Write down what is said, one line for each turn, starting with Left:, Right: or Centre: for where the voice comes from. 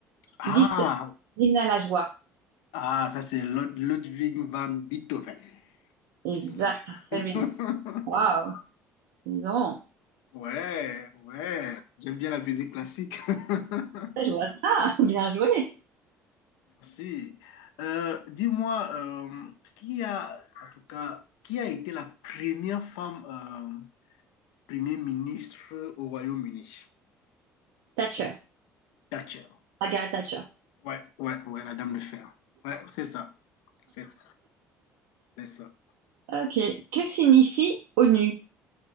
Left: Ah,
Right: dite Hymne à la joie?
Left: ah, ça c'est Lud- Ludwig van Beethoven.
Right: Exact,
Left: Le célèbre. <laughs>
Right: très bien. Waouh, dis donc,
Left: Ouais, ouais. J'aime bien la musique classique. <laughs>
Right: je vois ça, <laughs> bien joué.
Left: Merci. Euh, dis-moi, euh, qui a, en tout cas, qui a été la première femme euh, premier ministre au Royaume-Uni.
Right: Thatcher,
Left: Thatcher.
Right: Margaret Thatcher.
Left: Ouais, ouais, ouais, la dame de fer. Ouais, c'est ça. C'est ça. C'est ça.
Right: Ok, que signifie ONU?